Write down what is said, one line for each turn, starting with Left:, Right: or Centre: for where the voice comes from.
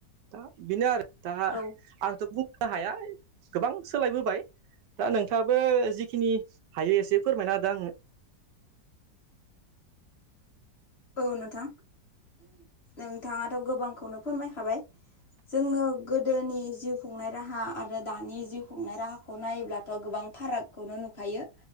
Right: दा बेनो आरो दा
Left: औ
Right: आंथ' बुंनो हाया गोबां सोलायबोबाय दा नोंथाङाबो जिखिनि हायो एसे फोरमायना होदो आंनो
Left: औ नोंथां नोंथाङाथ' गोबांखौनो फोरमायखाबाय जोङो गोदोनि जिउ खुंनाय राहा आरो दानि जिउ खुंनाय राहाखौ नायोब्लाथ' गोबां फारागखौनो नुखायो